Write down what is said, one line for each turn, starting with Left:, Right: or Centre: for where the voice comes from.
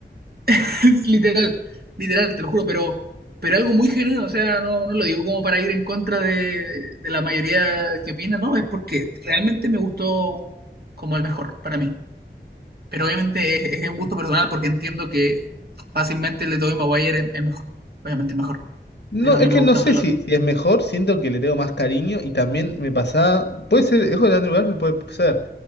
Right: <laughs> es literal, literal, te lo juro, pero, pero algo muy genuino. O sea, no, no lo digo como para ir en contra de, de la mayoría que opina, no. Es porque realmente me gustó como el mejor para mí. pero obviamente es, es un gusto personal porque entiendo que fácilmente el de Tobey Maguire es, es mejor, obviamente es mejor,
Left: No,
Right: pero a
Left: es
Right: mí
Left: que
Right: me gusta
Left: no sé
Right: más el
Left: si,
Right: otro.
Left: si es mejor, siento que le tengo más cariño y también me pasa. puede ser, es de Andrew Garfield, puede ser.